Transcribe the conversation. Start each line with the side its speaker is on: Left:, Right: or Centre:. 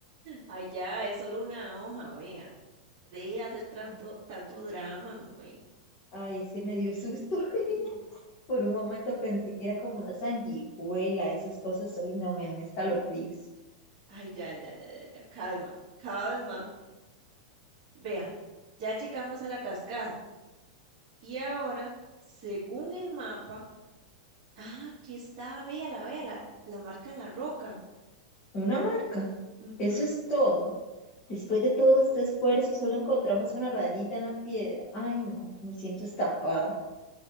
Right: Ay, ya, es solo una hoja, vea. Deje de hacer tanto,
Left: Ah,
Right: tanto drama, güey.
Left: Ay, es que me dio susto. <laughs>
Right: <laughs>
Left: Por un momento pensé que era como una sanguijuela. Esas cosas hoy no me dan escalofríos.
Right: Ay, ya, ya, ya, ya, ya, calma, calma. Vea, ya llegamos a la cascada. Y ahora, según el mapa, ah, aquí está, véala, véala, la marca en la roca.
Left: Una marca.
Right: Ujú.
Left: Eso es todo. Después de todo este esfuerzo, solo encontramos una rayita en la piedra. Ay, no, me siento estafada.